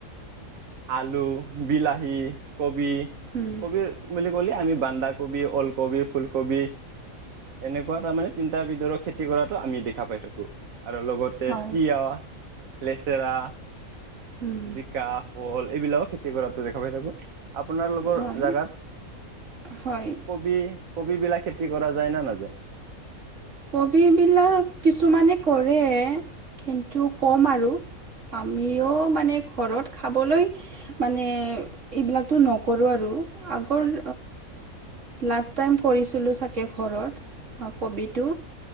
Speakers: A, on the right; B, on the right.
A: আলু, বিলাহী, কবি,
B: উম,
A: কবিৰ বুলি ক'লে আমি বন্ধাকবি, ওলকবি, ‌ফুলকবি এনেকুৱা তাৰমানে তিনিটাৰিতৰৰ খেতি কৰাতো আমি দেখা পাই থাকো। আৰু লগতে
B: হয়
A: তিয়হ, লেচেৰা,
B: উম,
A: জিকা শল, এইবিলাকো খেতি কৰাত দেখা পাই থাকো, আপোনালোকৰ
B: হয়
A: জেগাত
B: হয়।
A: কবি, কবি বিলাক খেতি কৰা যায় নে নাযায়?
B: কবিবিলাক কিছুমানে কৰে, কিন্তু কম আৰু। আমিও মানে ঘৰত খাবলৈ, মানে এইবিলাকো নক কৰো আৰু আগৰ লাষ্ট টাইম কৰিছিলো চাগে ঘৰত। অ কবিটো